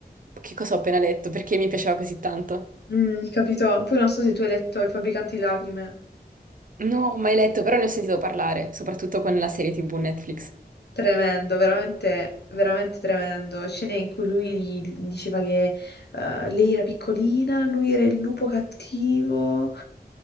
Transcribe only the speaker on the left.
Mm, capito? Poi non so se tu hai letto Il fabbricante di lacrime.
Tremendo, veramente, veramente tremendo. Scene in cui lui gli diceva che eh, lei era piccolina, lui era il lupo cattivo,